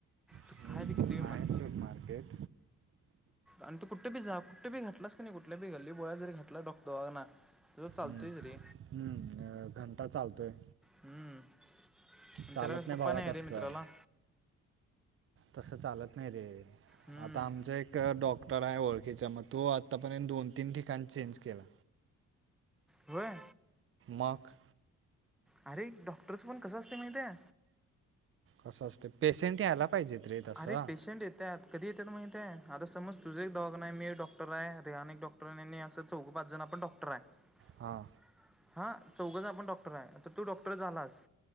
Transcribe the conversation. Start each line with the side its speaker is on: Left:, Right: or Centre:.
Centre: तू
Right: हम्म,
Centre: काय ब किती
Right: आहे
Centre: म्हण
Right: सोड मार्केट
Centre: आणि तु कुठ बी जा कुठबी घातलास का नाही कुठील्या गल्ली बोळात जरी घातला डॉक दवाखाना तुझं चालतोयच
Right: ह,
Centre: रे
Right: ह घंटा चालतोय
Centre: हम्म
Right: चालत
Centre: तेला कसं पप्पा
Right: भावात
Centre: नाही आहे
Right: असलं
Centre: रे मित्राला
Right: तसं चालत नाही रे
Centre: हम्म
Right: आता आमच एक डॉक्टर आहे ओळखीचा मग तो आत्तापर्यंत दोन तीन ठिकाण चेंज केला
Centre: होय
Right: मग
Centre: अरे डॉक्टरसं पण कसं असतय माहित आहे
Right: कसं असतें पेशंट यायला पाहिजेत रे तसं
Centre: अरे पेशंट येतात कधी येतात माग ते आता समज तुझ एक दवाखाना आहे मी एक डॉक्टरआहेे आणि डॉक्टर आहे असं चौघ, पाच जण पण आपण डॉक्टर क्टर
Right: हां
Centre: हा चौघ पण आपण डॉक्टर आहे तर तू डॉक्टर झालास